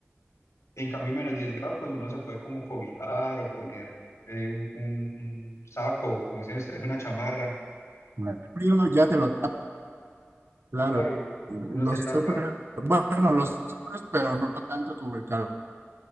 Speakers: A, on the left; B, on the right.
A: En cambio, menos 10 grados, pues uno se puede como cobijar o poner eh, un, un saco, o como dicen ustedes, una chamarra.
B: El frío ya te lo tapa, claro.
A: Claro,
B: Lo
A: uno se
B: sufres,
A: tapa,
B: bueno, lo sufres, pero no tanto como el calor.